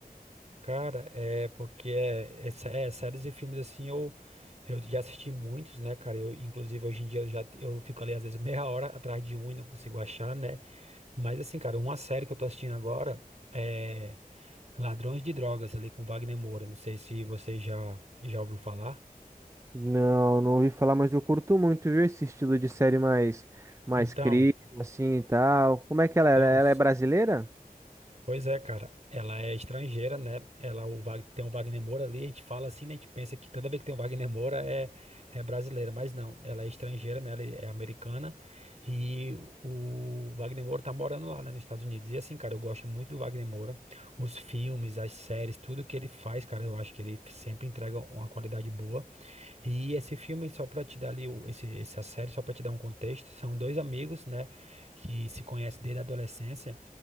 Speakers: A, on the right; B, on the right.
A: Cara, é porque é, é sé- é, séries e filmes assim, eu, eu já assisti muitos, né, cara? Eu, inclusive, hoje em dia eu já eu fico ali às vezes meia hora atrás de um e não consigo achar, né? Mas assim, cara, uma série que eu tô assistindo agora é Ladrões de Drogas, ali com Wagner Moura. Não sei se você já, já ouviu falar.
B: Não, não ouvi falar, mas eu curto muito, viu, esse estilo de série mais mais
A: Então,
B: crítico assim e tal. Como é que
A: então.
B: ela é? Ela ela é brasileira?
A: Pois é, cara. Ela é estrangeira, né? Ela o Wag- tem um Wagner Moura ali. A gente fala assim, né? A gente pensa que toda vez que tem um Wagner Moura é, é brasileira, mas não. Ela é estrangeira, né? Ela é americana. E o Wagner Moura tá morando lá, né? Nos Estados Unidos. E assim, cara, eu gosto muito do Wagner Moura. Os filmes, as séries, tudo que ele faz, cara, eu acho que ele sempre entrega uma qualidade boa. E esse filme, só para te dar ali, o- esse, essa série, só para te dar um contexto, são dois amigos, né, que se conhecem desde a adolescência